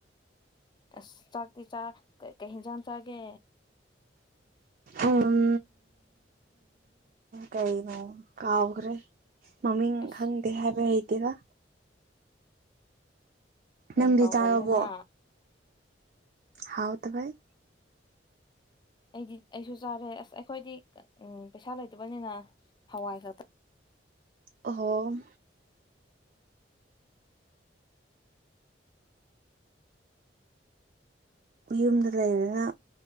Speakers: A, on the left; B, on the right.
A: ꯑꯁ ꯆꯥꯛꯇꯤ ꯆꯥ ꯀ ꯀꯩ ꯍꯤꯟꯖꯥꯡ ꯆꯥꯒꯦ
B: ꯎꯝ ꯀꯩꯅ ꯀꯥꯎꯈꯔꯦ ꯃꯃꯤꯡ
A: ꯑꯁ
B: ꯈꯪꯗꯦ ꯍꯥꯏꯕ ꯍꯩꯇꯦꯔ
A: ꯌꯥꯝ
B: ꯅꯪꯗꯤ
A: ꯀꯥꯎꯒꯜꯂꯦꯅ
B: ꯆꯥꯔꯕꯣ ꯍꯥꯎ ꯇꯕꯩ
A: ꯑꯩꯗꯤ ꯑꯩꯁꯨ ꯆꯥꯔꯦ ꯑꯁ ꯑꯩꯈꯣꯏꯗꯤ ꯎꯝ ꯄꯩꯁꯥ ꯂꯩꯇꯕꯅꯤꯅ ꯍꯋꯥꯏ ꯈꯛꯇ
B: ꯑꯣꯍꯣ ꯌꯨꯝꯗ ꯂꯩꯔꯅ